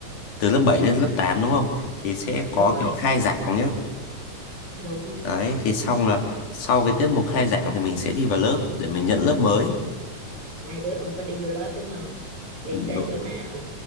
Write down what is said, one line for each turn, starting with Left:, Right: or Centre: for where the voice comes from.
Left: từ lớp 7 lên lớp 8 đúng không thì sẽ có
Right: đúng rồi
Left: kiểu khai giảng nhá
Right: đúng
Left: đấy thì xong là sau cái tiết mục khai giảng thì mình sẽ đi vào lớp để mình nhận lớp mới
Right: hai đứa không có đi vô lớp đúng không đi
Left: đúng,
Right: tới chỗ nào